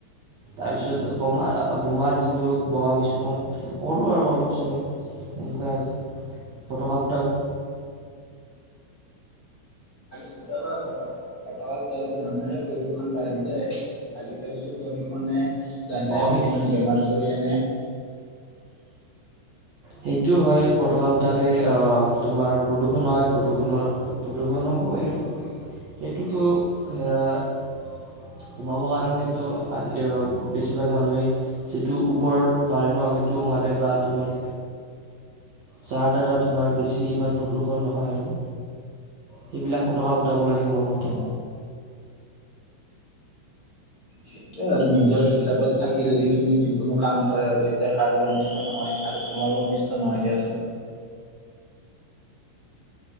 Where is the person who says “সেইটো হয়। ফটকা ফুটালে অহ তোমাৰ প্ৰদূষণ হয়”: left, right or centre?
Right